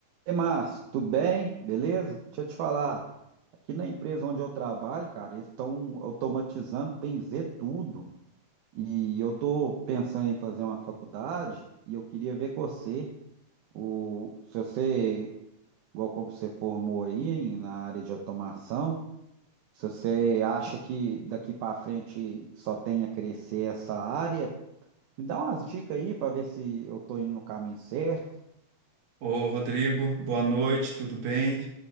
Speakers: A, on the right; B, on the right.
A: E Márcio, tudo bem? Beleza? Deixa eu te falar, aqui na empresa onde eu trabalho, cara, eles estão automatizando, bem dizer, tudo. E eu tô pensando em fazer uma faculdade e eu queria ver com você, o, se você, igual como você formou aí na área de automação, se você acha que daqui para frente só tem a crescer essa área, me dá umas dicas aí para ver se eu tô indo no caminho certo.
B: Ô, Rodrigo, boa noite, tudo bem?